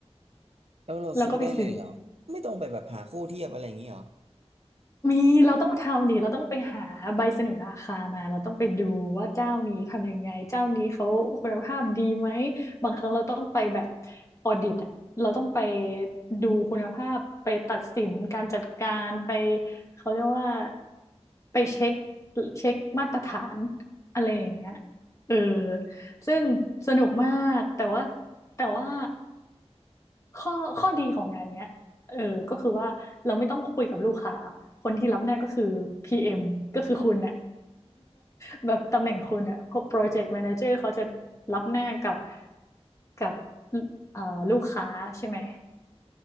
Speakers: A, on the right (about 65°); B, on the left (about 30°).
A: แล้วเราซื้อได้เลยเหรอไม่ต้องไปแบบหาคู่เทียบอะไรอย่างนี้เหรอ
B: แล้วก็ไปซื้อ มีเราต้องทำดิเราต้องไปหาใบเสนอราคามาเราต้องไปดูว่าเจ้านี้ทำยังไงเจ้านี้เขาคุณภาพดีไหมบางครั้งเราต้องไปแบบออดิตอะเราต้องไปดูคุณภาพไปตัดสินการจัดการไปเขาเรียกว่าไปเช็คเช็คมาตรฐานอะไรอย่างเงี้ยเออซึ่งสนุกมากแต่ว่าแต่ว่า ข้อข้อดีของงานเนี้ยเออก็คือว่าเราไม่ต้องคุยกับลูกค้าคนที่รับหน้าก็คือ PM ก็คือคุณน่ะ <laughs> แบบตำแหน่งคุณน่ะ Project Manager เขาจะรับหน้ากับกับเอ่อลูกค้าใช่ไหม